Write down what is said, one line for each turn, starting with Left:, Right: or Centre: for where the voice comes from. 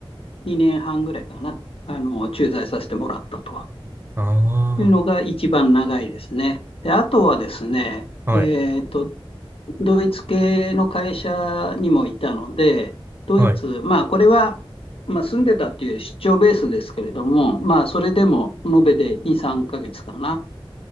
Left: 2年半ぐらいかな、あの、駐在させてもらったと
Right: あ
Left: いうのが一番長いですね。で、あとはですね、
Right: あ。はい
Left: えっと、ドイツ系の会社にもいたので、ドイツ、
Right: はい。<laughs>
Left: まあ、これは、まあ、住んでたっていう出張ベースですけれども、まあ、それでも延べで2、3ヶ月かな。